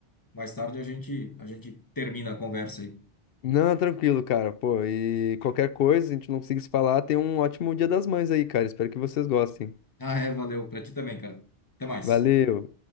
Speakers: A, on the left (about 20°); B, on the left (about 60°).
A: Mais tarde a gente a gente termina a conversa aí.
B: Não, tranquilo, cara. Pô, e qualquer coisa, a gente não conseguir se falar, tem um ótimo Dia das Mães aí, cara. Espero que vocês gostem.
A: Ah, é, valeu, para ti também, cara. Até mais.
B: Valeu!